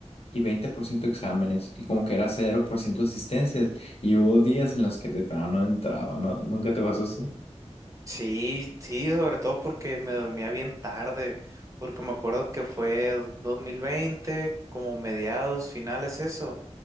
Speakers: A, on the left; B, on the right.
A: y 20% exámenes y como que era cero por ciento asistencias y hubo días en los que de plano no entraba, ¿no? ¿Nunca te pasó así?
B: Sí, sí, sobre todo porque me dormía bien tarde, porque me acuerdo que fue 2020, como mediados, finales, eso.